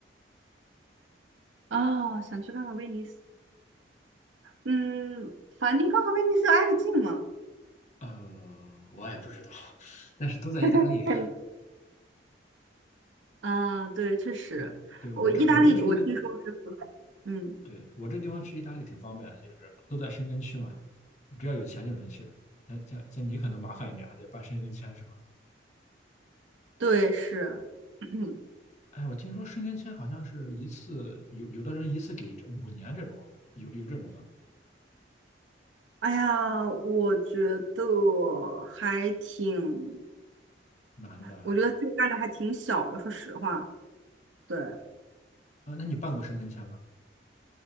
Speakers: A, on the right; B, on the left.
A: 哦，想去看看威尼斯。嗯，梵蒂冈和威尼斯挨得近吗？
B: 呃，我也不知道，但是都在意大利。
A: 嗯，啊对，确实，
B: 嗯对，我这我这去意大，
A: 我意大利我听说是不赖，嗯，
B: 对，我这地方去意大利挺方便的，就是都在申根区嘛，只要有钱就能去。那像像你可能麻烦一点啊，还得办申根签是吧？
A: 对，是。<clears throat>
B: 哎，我听说申根签好像是一次，有有的人一次给这五年这种，有有这种啊，
A: 哎呀，我觉得还挺，
B: 男的啊，
A: 我觉得这个概率还挺小的，说实话。对，
B: 那你办过申根签吗？